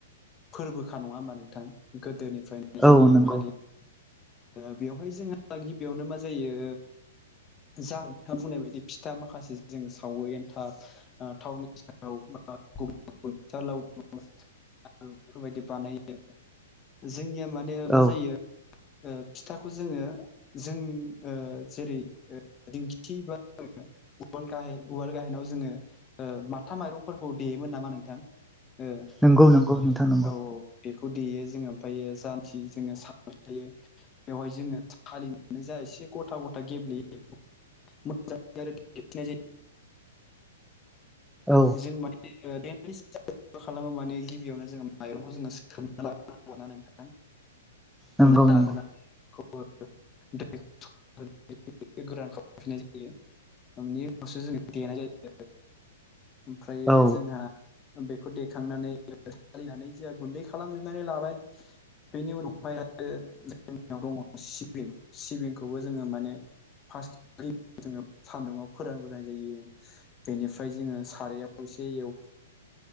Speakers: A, on the left; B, in the centre.
A: फोरबोखा नङा होमबा नोंथां गोदोनिफ्रायनो जोङो
B: औ नंगौ
A: फालि ओ बेवहाय जोंहा गिबियावनो मा जायो जा नोंथाङा बुंनाय बायदि फिथा माखासे जों सावो एन्थाब आ थावनि औ <unintelligible> <unintelligible> <unintelligible> बेफोरबायदि बानायो जोंनिया माने मा
B: औ
A: जायो ओ फिथाखौ जोङो जों ओ जेरै ओ दिंखि बा उवाल गाहे उवाल गाहेनाव जोङो ओ माथा माइरंफोरखौ देयोमोन नामा नोंथां? ओं
B: नोंगौ नोंगौ नोंथां। नंगौ
A: औ औ बेखौ देयो जोङो ओमफ्रायो <unintelligible> जोङो सानबाय थायो बेवहाय जोङो सालिनानै जा एसे गथा गथा गेब्लेयो <unintelligible>
B: औ
A: जायो जों माने ओ देनानै <unintelligible> खालामो माने गिबियावनो जोङो माइरंखौ जोङो खोबना <unintelligible> ना नोंथां <unintelligible>
B: नंगौ नंगौ
A: <unintelligible> गोरान खालामफिनाय जायो। नि उनावसो जोङो देनाय जायो। ओमफ्रायो
B: औ
A: जोंहा बेखौ देखांनानै सालिनानै जाहा गुन्दै खालामजोबनानै लाबाय। बेनि उनावहाय आरो जोंनियाव दङ सिबिं सिबिंखौबो जोङो माने फास्ट <unintelligible> जोङो सान्दुङाव फोरानग्रोनाय जायो बेनिफ्राय जोङो सारायाव एसे एव